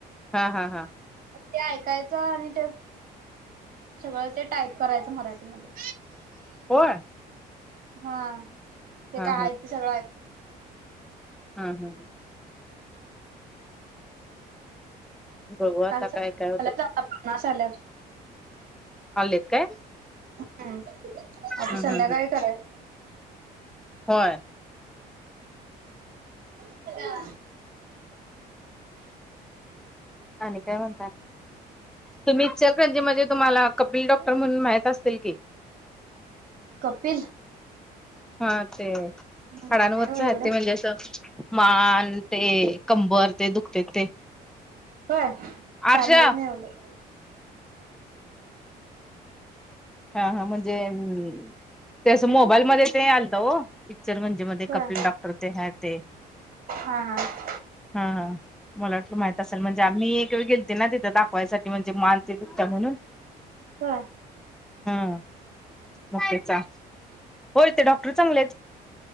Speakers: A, in the centre; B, on the right.
A: हा हा हा
B: ते ऐकायचं आणि ते अ सगळं ते टाईप करायचं मराठीमध्ये
A: होय
B: हा ते
A: हा
B: काय आहेत ते सगळं्
A: हम हम् बघू आता
B: कालच
A: काय काय होतं
B: पना सला
A: आलेत काय
B: हम्म आता
A: हम्
B: संध्याकाळी
A: हम् हम
B: कराय
A: होय
B: ह
A: आणिने काय म्हणता तुम्ही इचलकरंजी म्हणजे तुम्हाला कपिल डॉक्टर म्हणून माहित असतील की
B: कपिल
A: हा ते हडांानवरच
B: काय ओ एवढं?
A: आहेत ते म्हणजे असं मान ते कंबर ते दुखते ते
B: होय
A: आरशा
B: काय माहत नाही बं
A: हा हा म्हणजेम् तेसं मोबाईल मध्ये ते आलत हो पिक्चर म्हणजे मध्ये
B: होय
A: कपिल डॉक्टर ते आहे ते
B: हा हा
A: हा हा मला वाटलं माहित असेल म्हणजे आम्ी एक वेळ गेते ना तिथं दाखवायसाठी म्हणजे मालते दु म्हणून
B: ह
A: हम् मचा हो ते डॉक्टर चांगलेच